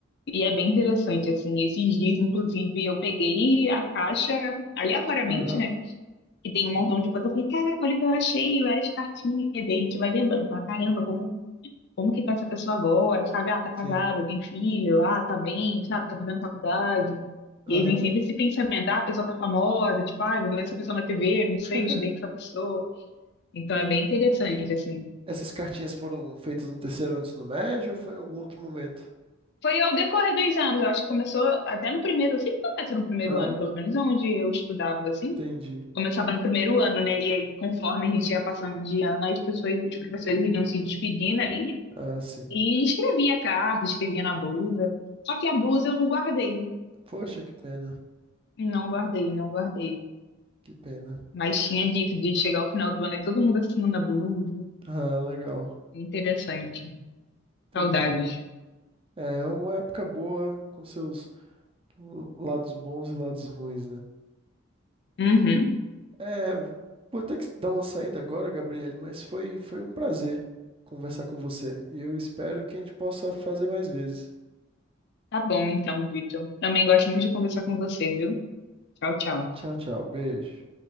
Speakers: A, on the left (about 60°); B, on the right (about 30°).
A: E é bem interessante, assim. Esses dias, inclusive, eu peguei a caixa aleatoriamente,
B: Aham.
A: né? Que tem um
B: Sim.
A: montão de coisa. Eu falei, caraca, olha o que eu achei, várias cartinhas. E daí a gente vai lembrando, fala, caramba, como como que tá essa pessoa agora, sabe? Ah, tá casada,
B: Sim.
A: tem filho, ah, tá bem, sabe? Tá fazendo faculdade.
B: Aham.
A: E aí vem sempre esse pensamento, ah, a pessoa tá famosa, tipo, ah, eu vou ver essa pessoa na TV, não sei,
B: <laughs>
A: estudei com essa pessoa. Então
B: E
A: é bem interessante, assim.
B: essas cartinhas foram feitas no terceiro ano do ensino médio ou foi em algum outro momento?
A: Foi ao decorrer dos anos, eu acho que começou até no primeiro, sempre começa no primeiro
B: Ah,
A: ano, pelo menos onde eu estudava, assim.
B: entendi.
A: Começava no primeiro ano, né? E aí, conforme a gente ia passando de ano, as pessoas, os professores iam se despedindo ali
B: Ah, sim.
A: e escrevia carta, escrevia na blusa. Só que a blusa eu não guardei.
B: Poxa, que pena.
A: Não guardei, não guardei.
B: Que pena.
A: Mas tinha dito de chegar ao final do ano e todo mundo assinando a blusa.
B: Ah, legal.
A: É Interessante.
B: Entendi.
A: Saudades.
B: É uma época boa com seus Lados bons e lados ruins, né?
A: Uhum.
B: É, vou ter que dar uma saída agora, Gabriele, mas foi, foi um prazer conversar com você. E eu espero que a gente possa fazer mais vezes.
A: Tá bom então, Vitor. Também gosto muito de conversar com você, viu? Tchau, tchau.
B: Tchau, tchau. Beijo.